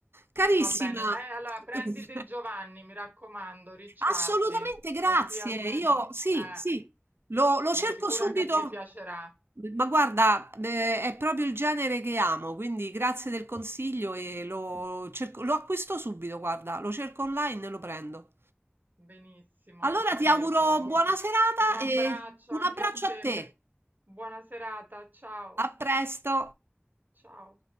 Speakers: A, on the right (about 70°); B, on the right (about 50°).
A: Carissima,
B: Va bene, lei allora prendi
A: <laughs>
B: De Giovanni, mi raccomando, Ricciardi,
A: assolutamente grazie.
B: così almeno
A: Io sì,
B: eh,
A: sì, lo,
B: sono
A: lo cerco
B: sicura
A: subito.
B: che ti piacerà.
A: Ma guarda, eh, è proprio il genere che amo, quindi grazie del consiglio e lo cerco- lo acquisto subito, guarda, lo cerco online e lo prendo.
B: Benissimo,
A: Allora
B: benissimo.
A: ti auguro buona serata
B: Un abbraccio
A: e un
B: anche
A: abbraccio
B: a te.
A: a te.
B: Buona serata. Ciao,
A: A presto.
B: ciao.